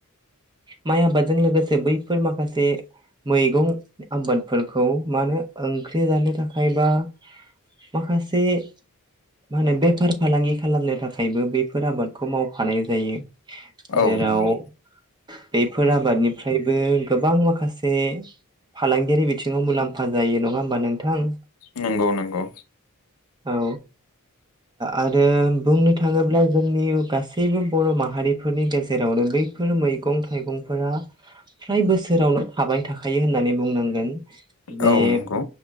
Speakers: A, on the right; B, on the left.
A: माइ आबादजों लोगोसे बैफोर माखासे मैगं आबादफोरखौ मानो ओंख्रि जानो थाखायबा, माखासे, मा होनो बेफार फालांगि खालामनो थाखायबो बेफोर आबादखौ मावफानाय जायो।
B: औ
A: जेराव
B: नंगौ
A: बेफोर आबादनिफ्रायबो गोबां माखासे, फालांगियारि बिथिङाव मुलाम्फा जायो नङा होमबा नोंथां,
B: नंगौ नंगौ,
A: औ आरो बुंनो थाङोब्ला जोंनि गासै, जेबो बर' माहारिफोरनि गेजेरावनो बैफोर मैगं थाइगंफोरा फ्राय बोसोरावनो थाबाय थाखायो होननानै बुंनांगोन जे
B: औ नंगौ